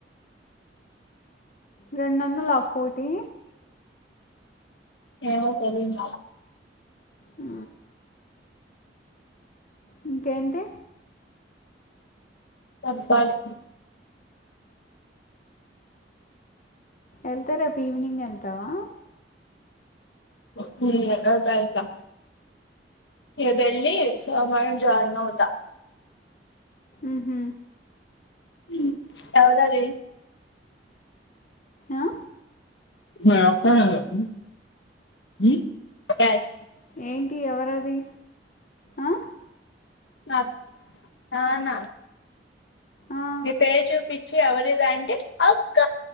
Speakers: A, on the left; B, on the left.
A: రెండు వందల ఒక్కోటి
B: ఏమో తెలీదు
A: ఉ ఇంకేంటి
B: చప్పాలి
A: ఎల్తే రేప్ ఈవినింగ్ ఎళ్తావా
B: ఉ రేపు ఎళ్తా రేప్ ఎల్లి సోమవారం జాయిన్ అవుతా
A: ఉహు
B: ఉ ఎవరది
A: ఆ?
B: నేనొత్తనాలే ఉ ఉ గ్యాస్
A: ఏంటి ఎవరది ఆ
B: నా నాన్న
A: ఆ,
B: మీ పేర్ చోప్ పిచ్చి ఎవరది అంటే అక్క